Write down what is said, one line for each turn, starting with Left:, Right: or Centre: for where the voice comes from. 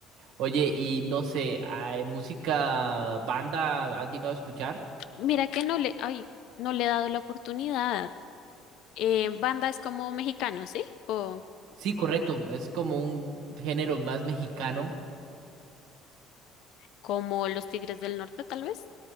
Right: Oye, y no sé, ah, música, banda, ¿has llegado a escuchar?
Left: Mira que no le, ay, no le he dado la oportunidad. Eh, banda es como mexicano, ¿sí? O
Right: Sí, correcto, es como un género más mexicano.
Left: como los Tigres del Norte, tal vez.